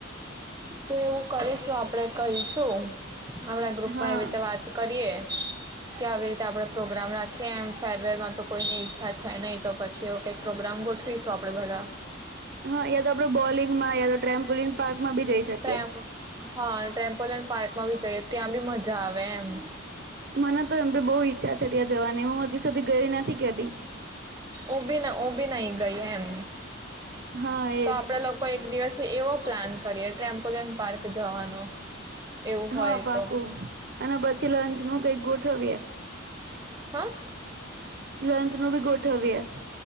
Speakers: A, on the right (about 15°); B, on the right (about 50°).
A: તું એવું કરીશું આપડે કહીશું. આપણા ગ્રુપ
B: હા
A: માં એવી રીતે વાત કરીએ. કે આવી રીતે આપડે પ્રોગ્રામ રાખીએ એમ ફેરવેલમાં તો કોઈની ઈચ્છા છે નહી તો પછી એવુ કઈક પ્રોગ્રામ ગોઠવીશું આપડે બધા
B: હા યા તો આપડે બોલિંગમાં યા તો ટ્રેમ્પોલિન પાર્કમાં બી જઈ શકીએ
A: ટમ હા ટ્રેમ્પોલિયન પાર્કમાં બી જઈએ ત્યાં બી મજા જાવે એમ
B: મને તો એમ ભી બહુ ઈચ્છા છે ત્યાં જવાની હું હજી સુધી ગઈ નથી ક્તી
A: ઓ બી ના ઓ બી નહી ગઈ એમ
B: હા
A: તો
B: એજ
A: આપડે લોકો એક દિવસ એવો પ્લાન કરીએ. ટમ્પોલિયન પાર્ક જવાનો. એવું
B: હા
A: હોય
B: પાકું
A: તો
B: અને પછી લંચ નું કઈક ગોટ ઠવીય
A: હા.
B: લંચ નુ બી ગોઠવવી એ.